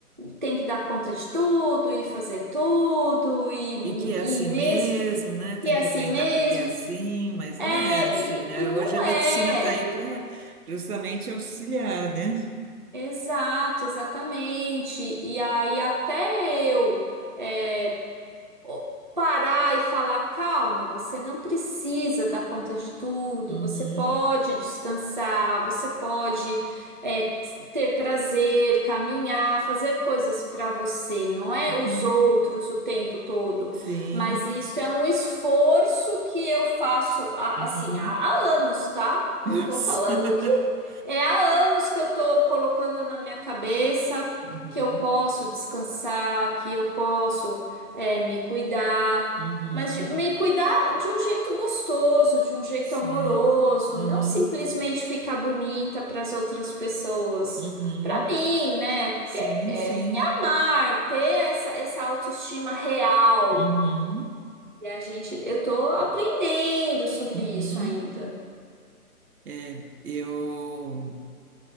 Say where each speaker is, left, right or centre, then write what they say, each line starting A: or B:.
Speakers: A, on the right (about 35°); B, on the right (about 75°).
A: tem que dar conta de tudo e fazer tudo e,
B: E que é
A: e
B: assim
A: mesmo
B: mesmo, né? Tem
A: e é
B: que
A: assim
B: aguentar
A: mesmo.
B: porque é assim, mas não
A: É,
B: é assim,
A: e,
B: né?
A: e não
B: Hoje a medicina
A: é.
B: está aí para justamente auxiliar, né?
A: Exato, exatamente. E aí até eu é, o- parar e falar, calma, você não precisa dar conta de tudo,
B: Uhum,
A: você pode descansar, você pode é, ter prazer, caminhar, fazer coisas para você, não é
B: uhum,
A: os outros o tempo todo,
B: sim.
A: mas isso é um esforço que eu faço há-
B: Uhum.
A: assim há, há anos, tá?
B: <laughs>
A: Não tô falando que é há anos que eu tô colocando na minha cabeça
B: Uhum,
A: que eu posso descansar, que eu posso é, me cuidar,
B: uhum,
A: mas de- me cuidar de um jeito gostoso, de um jeito
B: sim.
A: amoroso,
B: Uhum,
A: não simplesmente ficar bonita para as outras pessoas.
B: uhum,
A: Para mim, né? Porque
B: sim,
A: é,
B: sim.
A: me amar, ter essa, essa autoestima real.
B: Uhum.
A: E a gente, eu tô aprendendo sobre
B: Uhum.
A: isso ainda.
B: É, eu,